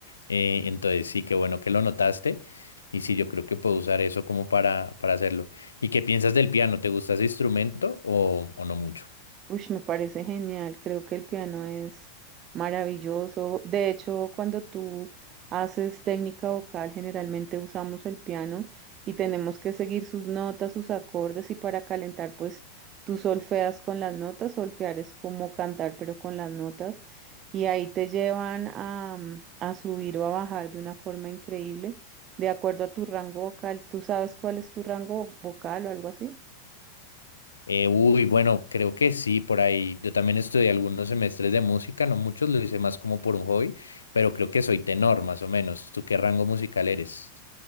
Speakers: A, on the left; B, on the right.
A: eh, entonces sí, qué bueno que lo notaste y sí, yo creo que puedo usar eso como para, para hacerlo. ¿Y qué piensas del piano? ¿Te gusta ese instrumento o, o no mucho?
B: Uy, me parece genial, creo que el piano es maravilloso. De hecho, cuando tú haces técnica vocal, generalmente usamos el piano y tenemos que seguir sus notas, sus acordes y para calentar, pues tú solfeas con las notas, solfear es como cantar, pero con las notas y ahí te llevan a, mm, a subir o a bajar de una forma increíble, de acuerdo a tu rango vocal. ¿Tú sabes cuál es tu rango vocal o algo así?
A: Eh, uy, bueno, creo que sí, por ahí. Yo también estudié algunos semestres de música, no muchos, lo hice más como por un hobby, pero creo que soy tenor, más o menos. ¿Tú qué rango musical eres?